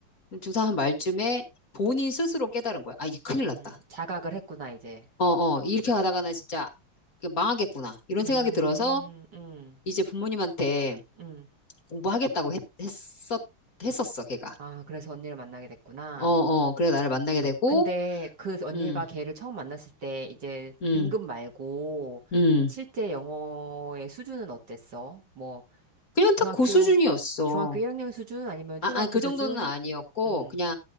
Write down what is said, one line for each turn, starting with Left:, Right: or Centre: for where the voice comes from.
Left: 중3 한 말쯤에 본인 스스로 깨달은 거야. 아, 이게 큰일
Right: 음,
Left: 났다.
Right: 자각을 했구나, 이제.
Left: 어, 어, 이렇게 가다가는 진짜 그 망하겠구나. 이런
Right: 음,
Left: 생각이 들어서
Right: 음,
Left: 이제 부모님한테
Right: 음.
Left: 공부하겠다고 했, 했었, 했었어, 걔가.
Right: 아, 그래서 언니를 만나게 됐구나.
Left: 어, 어, 그래 나를 만나게 되고,
Right: 근데 그 언니가
Left: 음,
Right: 걔를 처음 만났을 때 이제
Left: 음,
Right: 등급 말고
Left: 음.
Right: 실제 영어의 수준은 어땠어? 뭐
Left: 그냥 딱
Right: 중학교
Left: 그 수준이었어.
Right: 중학교 1학년 수준 아니면
Left: 아,
Right: 초등학교
Left: 아, 그
Right: 수준?
Left: 정도는 아니었고,
Right: 음.
Left: 그냥,